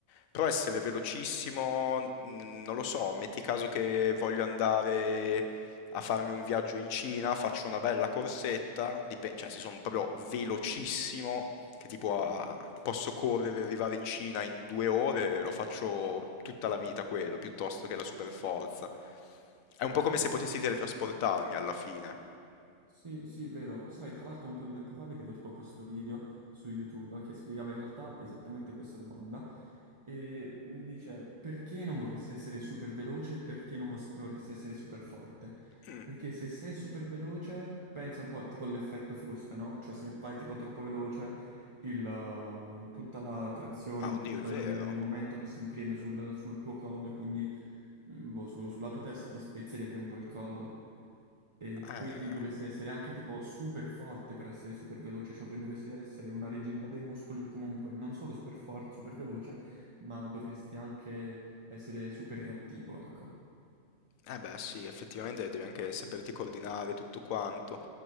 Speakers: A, on the left (about 80°); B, on the right (about 30°).
A: però essere velocissimo, mm, non lo so, metti caso che voglio andare a farmi un viaggio in Cina, faccio una bella corsetta, dipen- cioè se sono proprio velocissimo, che tipo ah, posso correre e arrivare in Cina in due ore, lo faccio tutta la vita quello, piuttosto che la super forza. È un po' come se potessi teletrasportarmi alla fine.
B: Sì, sì, vero. Sai, tra l'altro un po' di tempo fa vedevo tipo questo video su YouTube che spiegava in realtà esattamente questa domanda e dice perché non vorresti essere super veloce e perché non vos- vorresti essere super forte?
A: Mm,
B: Perché se sei super veloce, pensa un po' tipo all'effetto frusta, no? Cioè se vai tipo troppo veloce, il, uh, tutta la trazione,
A: Ah, oddio,
B: comunque
A: è vero.
B: il, il momento che si imprime sul, sul tuo collo e quindi mm, boh, su- sulla tua testa ti spezzerebbe un po' il collo. E
A: Eh,
B: quindi dovresti essere anche tipo super forte per essere super veloce, cioè pre- dovresti essere una rigidità dei muscoli o comunque non solo super forte, super veloce, ma dovresti anche essere super reattivo, ecco.
A: eh beh sì, effettivamente devi anche saperti coordinare tutto quanto.